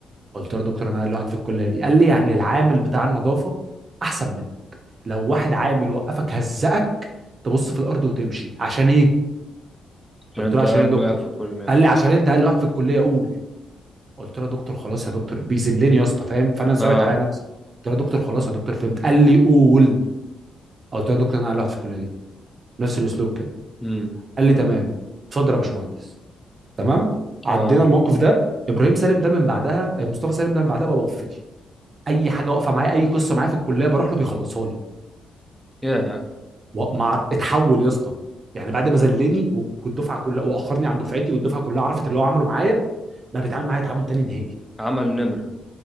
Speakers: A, on the right; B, in the centre.
A: قلت له يا دكتور انا اقل واحد في الكليه دي قال لي يعني العامل بتاع النظافه احسن منك لو واحد عامل وقفك هزقك تبص في الارض وتمشي عشان ايه
B: عشان
A: قلت
B: انت
A: له عشان
B: قال
A: ايه يا دكتور
B: له إيه في الكليه
A: قال لي عشان انت اقل واحد في الكليه قول قلت له يا دكتور خلاص يا دكتور بيذلني يا اسطى فاهم فانا ثابت
B: اه
A: على نفسي قلت له يا دكتور خلاص يا دكتور فهمت قال لي قول قلت له يا دكتور انا اقلعت في الكليه دي نفس الاسلوب كده
B: امم
A: قال لي تمام اتفضل يا باشمهندس تمام عدينا
B: اه
A: الموقف ده ابراهيم سالم ده من بعدها مصطفى سالم ده من بعدها بقى وقفتي اي حاجه واقفه معايا اي قصه معايا في الكليه بروح له بيخلصها لي
B: ياه
A: ومع اتحول يا اسطى يعني بعد ما ذلني والدفعه كلها واخرني عن دفعتي والدفعه كلها عرفت اللي هو عمله معايا بقى بيتعامل معايا تعامل تاني نهائي
B: عمل نمره